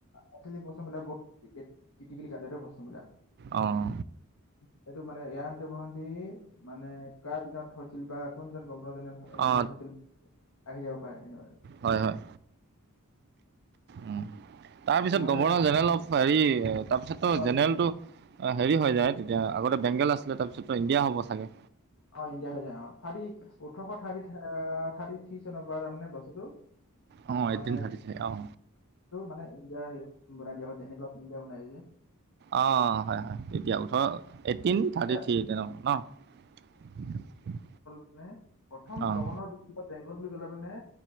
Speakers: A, on the left; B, on the right.
A: আজিকালি প্ৰশ্নবিলাক বহুত কাট কিটিকেলি কাটে প্ৰশ্নবিলাক।
B: অঁ
A: সেইটো মানে ইয়ান্দাবু সন্ধি মানে কাৰ দিনত হৈছিল বা কোনজন গভৰ্ণৰ জনেৰেলৰ
B: অ
A: দিনত হৈছিল আহি যাব পাৰে। এনেুৱা
B: হয় হয়। উম। তাৰপিছত
A: নহ'লে
B: গভৰ্ণৰ জেনেৰেল অফ হেৰি তাৰপিছতো
A: অ
B: জেনেৰেলটো অ' হেৰি হৈ যায়, তেতিয়া আগতে বেংগল আছিলে তাৰপিছত ইণ্ডিয়া হ'ব চাগে।
A: অ' ইণ্ডিয়া হৈ যায় অ', থাৰ্টি ওঠৰশ থাৰ্টি থাৰ্টি থ্ৰী চনৰ পৰা, তাৰ মানে বস্তুটো
B: অঁ
A: অ'
B: এইটিন
A: মানে
B: থাৰ্টি থ্ৰী অঁ
A: মানে ইিয় হৰিত বনাই দিয়া আকৌ যেনে বনাই দিয়ে
B: অ' হয় হয়। তিয়া ওঠৰ এইটটিন
A: এতিয়া
B: থাৰ্টি থ্ৰী তেনে ন।
A: হ <unintelligible> প্ৰথম
B: অঁ
A: গভৰ্ণৰ য বেংগল বুলি ক'লে মানে